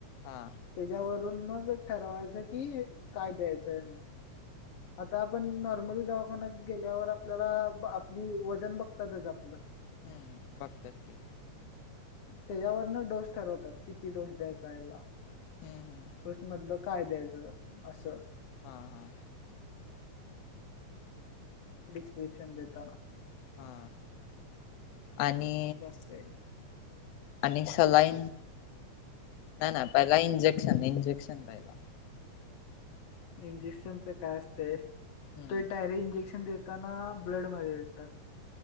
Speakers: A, on the left (about 80°); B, on the left (about 65°).
A: हा
B: त्याच्यावरून मग ठरवायचं कि काय द्यायचंना आता आपण नॉर्मली दवाखाना्या गेल्यावर आपल्याला आपली वजन बघतातच आपलं
A: हम्म बघत क
B: त्याच्यावरन डोस ठरवतात किती डोस द्यायचा याला
A: हम्म हम्म
B: मधलं काय द्यायचं असं
A: हां हां
B: प्रिस्क्रिप्शन देताना
A: हा आणि
B: ते
A: आणि सलाईन ना ना पहिला इंजेक्शन इंजेक्शन पहिला
B: इंजेक्शनच काय असतंय
A: हम्म
B: तो डायरेक्ट इंजेक्शन देत ताना ब्लड मध्ये देतात